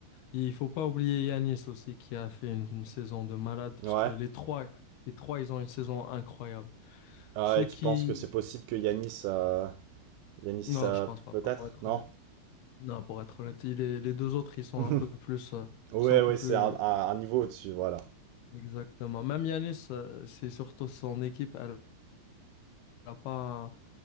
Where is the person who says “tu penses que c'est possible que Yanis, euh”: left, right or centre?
Right